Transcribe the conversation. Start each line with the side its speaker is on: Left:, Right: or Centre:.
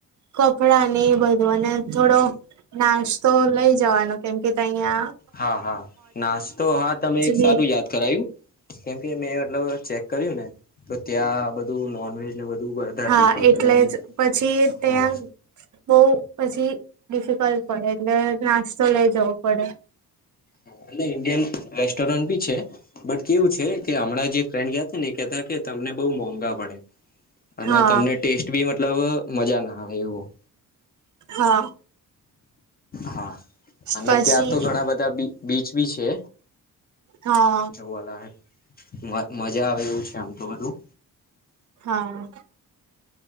Right: કપડાં ને એ બધું અને થોડો નાસ્તો લઈ જવાનો કેમ કે કહીયા
Left: હા હા નાસ્તો હા તમે એક
Right: બી
Left: સારું યાદ કરાયું કેમ કે મે મતલબ ચેક કર્યું ને તો ત્યાં બધું નોનવેજ ને બધું વધારે
Right: હા
Left: પ્રિફર
Right: એટલે
Left: કરે અને
Right: જ પછી ત્યાં
Left: હા
Right: બહુ પછી ડિફિકલ્ટ પડે એટલે નાસ્તો લઈ જવો પડે
Left: ા એટ ઇન્ડિયન રેસ્ટોરન્ટ બી છે બટ કેવું છે કે હમણાં જે ફ્રેન્ડ ગયા હતા ને કેતા કે તમને બહુ મોંઘા પડે અને
Right: હા
Left: તમને ટેસ્ટ બી મ તલબ મજા ના આવે એવું.
Right: હા
Left: હા અને
Right: પછી
Left: ત્યાં તો ઘણા બધા બી બીચ બી છે.
Right: હા
Left: જુવાના હોય. મજા આવે એવું છે આમ તો બધું.
Right: હા.